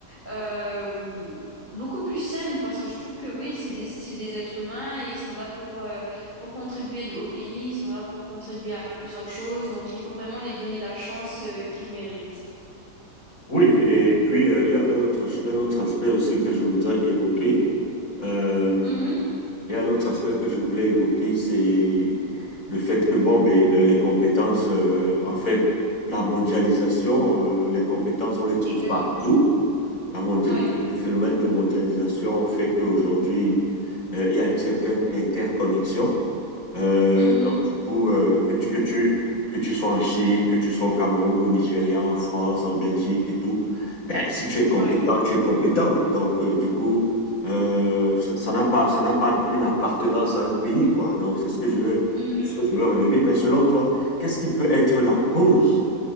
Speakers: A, on the right; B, on the left.
A: euh, beaucoup plus saine, parce que je trouve que oui, c'est des, c'est des êtres humains et ils sont là pour, euh, pour contribuer au pays, ils sont là pour contribuer à plusieurs choses. Donc il faut vraiment les donner la chance, euh, qu'ils méritent.
B: Oui, et puis euh, il y a un autre, un autre aspect aussi que je voudrais évoquer. Euh,
A: Mhm,
B: Il y a un autre aspect que je voulais évoquer, c'est le fait que, bon, ben, euh, les compétences, euh, en fait, la mondialisation, euh, les compétences, on les trouve
A: exactement.
B: partout. La mondia-
A: Ouais.
B: le phénomène de mondialisation fait qu'aujourd'hui, euh, il y a une certaine interconnexion. Euh,
A: Mhm.
B: donc, du coup, euh, que tu, que tu, que tu sois en Chine, que tu sois au Cameroun, au Nigeria, en France, en Belgique et tout, ben, si tu es compétent,
A: Ouais.
B: tu es compétent. Donc, euh, du coup, euh, ça ça n'a pas, ça n'a pas une appartenance à un pays, quoi. Donc, c'est ce que je veux,
A: Mhm.
B: ce que je veux relever. Mais selon toi, qu'est-ce qui peut être la cause